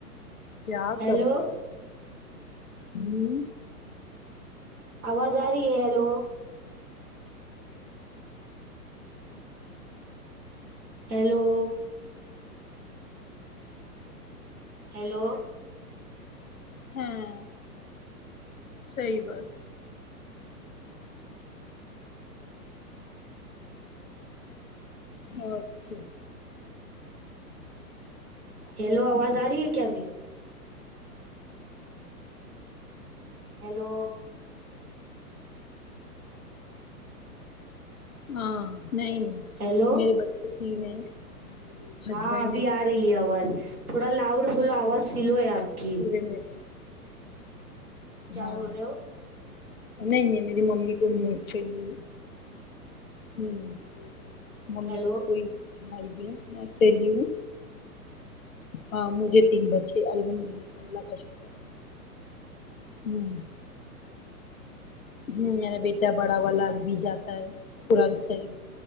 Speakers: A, on the left (about 60°); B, on the right (about 65°).
A: کیا
B: ہیلو
A: کر جی
B: آواز آ رہی ہے ہیلو ہیلو ہیلو
A: ہاں صحیح بات اوکے
B: ہیلو آواز آ رہی ہے کیا ابھی ہیلو
A: ہاں نہیں
B: ہیلو
A: میرے بچے تین ہیں ہسبینڈ
B: ہاں ابھی
A: ہے
B: آ رہی ہے آواز تھوڑا لاؤڈ بولو آواز سلو ہے آپ کی
A: یہ میرے
B: کیا
A: ہاں
B: بول رہے ہو
A: نہیں نہیں میری ممی کو نہیں ایکچولی ہوں ممی
B: ہیلو
A: کو کوئی بھائی بہن میں چلی ہوں ہاں مجھے تین بچے الحمد للہ اللہ کا شکر ہوں ہوں میرا بیٹا بڑا والا عربی جاتا ہے قرآن شریف